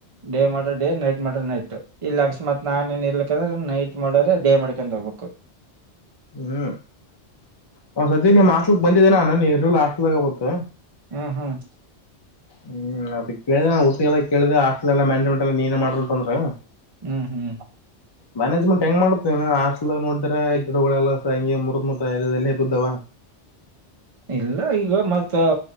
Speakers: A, on the right; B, on the left.
A: ಡೇ ಮಾಡ್ರಿ ಡೇ ನೈಟ್ ಮಾಡ್ರ ನೈಟ್ ಇಲ್ಲಿ ಅಕಸ್ಮಾತ್ ನಾನನ್ ಏನ್ ಇರ್ಲಂದ್ರ ನೈಟ್ ಮಾಡ್ರ ಡೇ ಮಾಡಡಿಕಕೊಂಡ್ ಹೋಗ್ಬೇಕು
B: ಹ ಹ್ಮ್ ಸದೀ ನಿಮ್ ಹಲಿಕ್ ಬಂದಿದ್ದೇನಾನು ನೀ ಇಲ್ಲ ಹಸ್ಲಾಗ ಆಗುತ್ತ
A: ಹ್ಮ್ ಹ್ಮ್
B: ಹ್ಮ್ ಅದಕ್ಕೆ ಕೇಳಿದೆ ನುಿ ಎಲ್ಲ ಕೇಳಿದೆೆ ಆಸ್ಟಲ್ಲ ಮಾನೇಜ್ಮೆಂ ಎಲ್ಲ ನೀನ ಮಾಡ್ರ ಅಂದ್ರೆ
A: ಹ್ಮ್ ಹ್ಮ್
B: ಮ್ಯಾನೇಜ್ಮೆಂಟ್ ಹೆಂಗ ಮಾಡುತ್ತೇ ಹಸ್ಟಲ್ ನೋಡಿದ ಗಿಡಗಳೆಲ್ಲ ಸ ಹಂಗೆ ಮುರದ್ ಮುತ ಎಲ್ಲ ಬಿದ್ದಾವ
A: ಇಲ್ಲ ಈಗ ಮತ್ತ